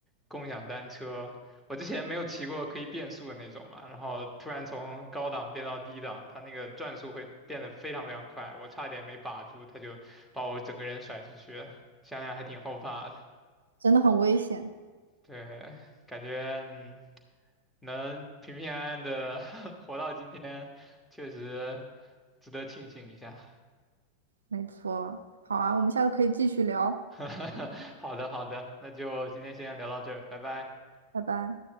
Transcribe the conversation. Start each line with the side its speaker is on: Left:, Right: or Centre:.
Centre: 共享单车，我之前没有骑过可以变速的那种嘛，然后突然从高档变到低档，它那个转速会变得非常非常快，我差点没把住，它就把我整个人甩出去了想想还挺后怕的。
Right: 真的很危险。
Centre: 对，感觉嗯，能平平安安的 <laughs> 活到今天，确实值得庆幸一下。
Right: 没错，好啊，我们下次可以继续聊，
Centre: <laughs> 好的好的，那就今天先聊到这儿，拜拜。
Right: 拜拜。